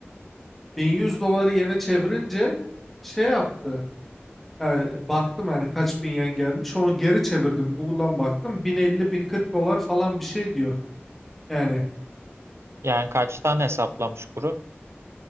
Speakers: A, in the centre; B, on the right.
A: 1100 doları yene çevirince şey yaptı. Yani baktım yani kaç bin yen gelmiş. Onu geri çevirdim. Google'dan baktım. 1050-1040 dolar falan bir şey diyor. Yani
B: Yani kaçtan hesaplamış kuru?